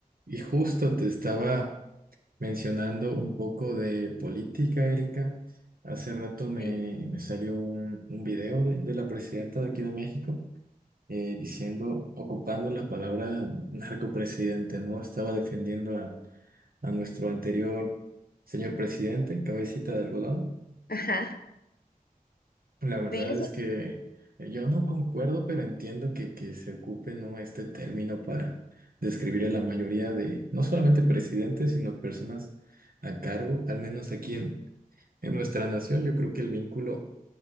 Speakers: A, on the right (about 70°); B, on the left (about 85°).
A: Y justo te estaba mencionando un poco de política, Erika. Hace rato me,
B: Sí.
A: me salió un, un video de, de la presidenta de aquí de México eh, diciendo, ocupando la palabra narcopresidente, ¿no? Estaba defendiendo a, a nuestro anterior señor presidente, cabecita de algodón.
B: Ajá.
A: La verdad
B: Sí, eso-
A: es que eh, yo no concuerdo, pero entiendo que, que se ocupe, ¿no? este término para describir a la mayoría de, no solamente presidentes, sino personas a cargo, al menos aquí en, en nuestra nación. Yo creo que el vínculo,